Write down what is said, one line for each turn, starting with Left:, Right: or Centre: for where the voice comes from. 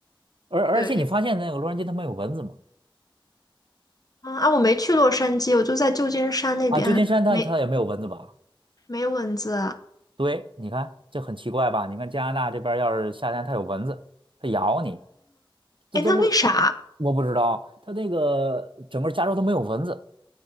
Right: 而而且你发现那个洛杉矶它没有蚊子吗？
Left: 对，嗯啊，我没去洛杉矶，我就在旧金山那边，
Right: 啊，旧金山它它也没有蚊子吧？
Left: 没没蚊子啊。
Right: 对，你看这很奇怪吧？你看加拿大这边儿要是夏天它有蚊子，它咬你，这都落
Left: 哎，那为啥啊？
Right: 我不知道，它那个整个加州都没有蚊子，